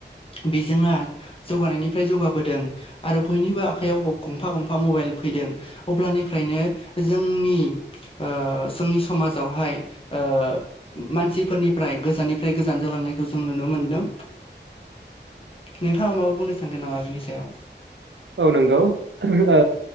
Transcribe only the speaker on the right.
औ नंगौ ओ